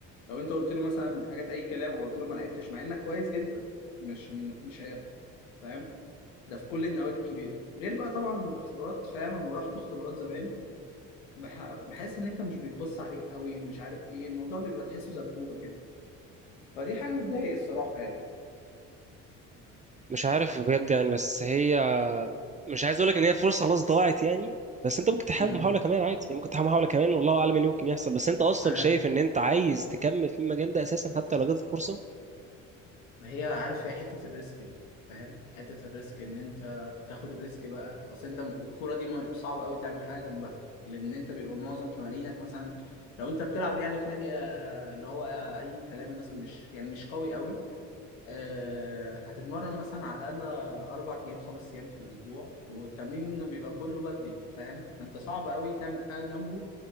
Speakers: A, on the left; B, on the right.
A: لو انت قلت له مثلا حاجات اي كلام او قلت له ما لعبتش مع انك كويس جدا مش مش هياخدك فاهم ده في كل النوادي الكبيره غير بقى طبعا الاختبارات فاهم لما رحت اختبارات زمان بح... بحس ان انت مش بيتبص عليك قوي مش عارف ايه الموضوع بيبقى تحسه سبوبه كده فدي حاجه بتضايق الصراحه يعني
B: مش عارف بجد يعني بس هي مش عايز اقول لك ان هي فرصه خلاص ضاعت يعني بس انت ممكن تحاول
A: امم
B: محاول كمان عادي يعني ممكن تحاول محاول كمان والله اعلم ايه اللي ممكن يحصل بس انت اصلا
A: انا
B: شايف ان انت عايز تكمل في المجال ده اساسا حتى لو جاتلك فرصه
A: ما هي عارف هي حتة الريسك دي فاهم حتة الريسك ان انت تاخد الريسك بقى اصل انت الكورة دي ما- صعب قوي تعمل حاجة جنبها لان انت بيبقى معظم تمارينك مثلا لو انت بتلعب يعني في نادي آه، اللي هو آه، اي كلام مثلا مش يعني مش قوي قوي أه هتتمرن مثلا على الاقل اربع ايام خمس ايام في الاسبوع والتمرين بيبقى كله بدري فاهم فانت صعب قوي تعمل حاجة جنبه